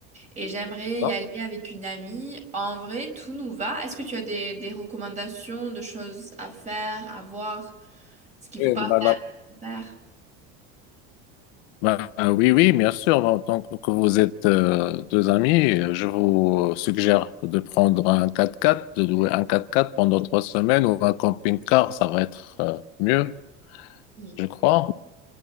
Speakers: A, on the right; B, on the left.
A: Et j'aimerais
B: Ah,
A: y aller avec une amie. En vrai, tout nous va. Est-ce que tu as des, des recommandations de choses à faire, à voir, ce qu'il
B: et
A: faut pas
B: bah, la-
A: faire?
B: Ben, euh, oui, oui, bien sûr. Bah, En tant que que vous êtes euh, deux amis, euh, je vous suggère de prendre un 4x4, de louer un 4x4 pendant trois semaines ou un camping-car, ça va être euh, mieux,
A: Oui.
B: je crois.